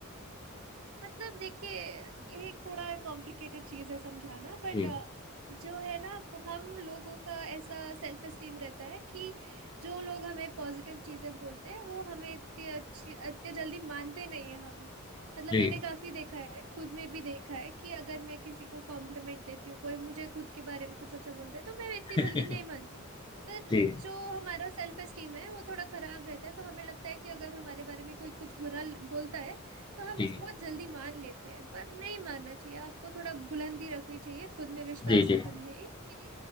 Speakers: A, on the right; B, on the left.
A: मतलब देखिए ये एक थोड़ा कॉम्प्लिकेटेड चीज है समझाना बट
B: जी
A: जो है ना हम लोगों का ऐसा सेल्फ एस्टीम रहता है कि जो लोग हमें पॉजिटिव चीजें बोलते हैं वो हमें इतने अच्छी इतने जल्दी मानते नहीं है हम मतलब
B: जी
A: मैंने काफी देखा है खुद में भी देखा है कि अगर मैं किसी को कॉम्प्लीमेंट देती हूँ कोई मुझे खुद के बारे में कुछ अच्छा बोलता है तो मैं इतनी
B: <laughs>
A: जल्दी नहीं मानती पर
B: जी
A: जो हमारा सेल्फ एस्टीम है वो थोड़ा खराब रहता है तो हमें लगता है कि अगर हमारे बारे में कोई कुछ बुरा बोलता है तो हम
B: जी
A: उसको बहुत जल्दी मान लेते हैं पर नहीं मानना चाहिए आपको थोड़ा बुलंदी रखनी चाहिए खुद में विश्वास
B: जी जी
A: रखना चाहिए कि